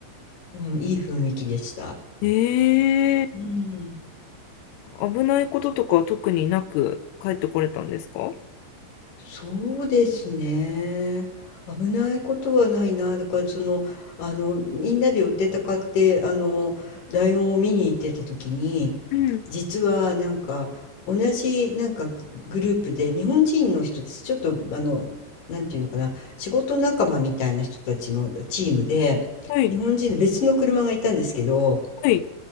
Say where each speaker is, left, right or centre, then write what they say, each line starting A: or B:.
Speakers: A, on the left; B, on the left.
A: うん、いい雰囲気でした。
B: ええ
A: うん。
B: ー危ないこととかは特になく帰ってこれたんですか
A: そうですね。危ないことはないな。だからその、あの、みんなで寄ってたかって、あの、ライオンを見に行ってた時に、
B: うん。
A: 実はなんか、同じなんかグループで日本人の人たち、ちょっとあの、なんていうのかな、仕事仲間みたいな人たちのチームで、
B: はい。
A: 日本人の別の車がいたんですけど、
B: はい。